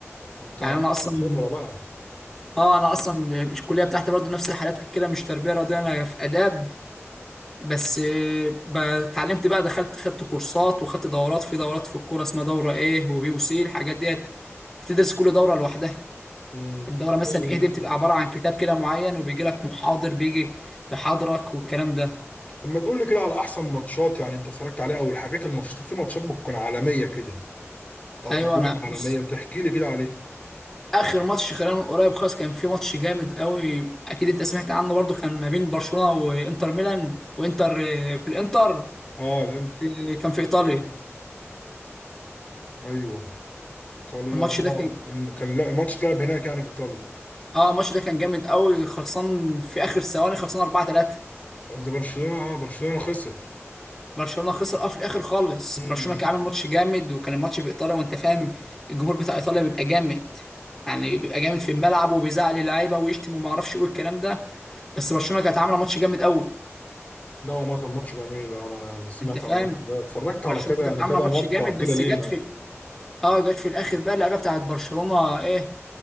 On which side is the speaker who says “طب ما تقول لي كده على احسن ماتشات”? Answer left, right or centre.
Left